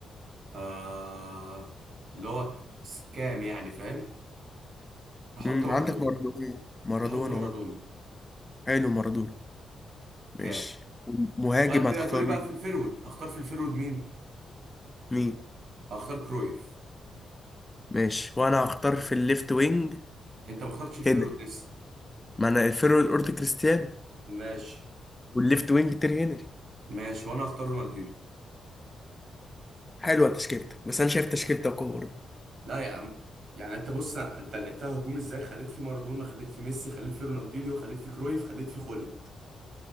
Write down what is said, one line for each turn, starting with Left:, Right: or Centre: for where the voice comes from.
Right: آه اللي هو س- كام يعني فاهم هحط
Left: مم،
Right: مارادونا
Left: عندك مارادونا مارادونا
Right: هحط مارادونا
Left: اه حلو مارادونا ماشي
Right: كام
Left: مهاجم
Right: وانا كده
Left: هتختار
Right: دوري بقى
Left: مين
Right: في الفيرود هختار في الفيرود مين
Left: مين
Right: هختار كرويف
Left: ماشي وانا هختار في الليفت وينج
Right: انت ما اخترتش الفيرود
Left: هنري
Right: لسه
Left: ما انا الفيرو الاورت كريستيانو
Right: ماشي
Left: والليفت وينج تيري هنري
Right: ماشي وانا هختار رونالدينيو
Left: حلوة تشكيلتك بس انا شايف تشكيلتك أقوى برضه
Right: لا يا عم يعني انت بص انت لعبتها هجوم ازاي خليت فيه مارادونا خليت فيه ميسي خليت فيه رونالدينيو خليت فيه كرويف خليت فيه خولد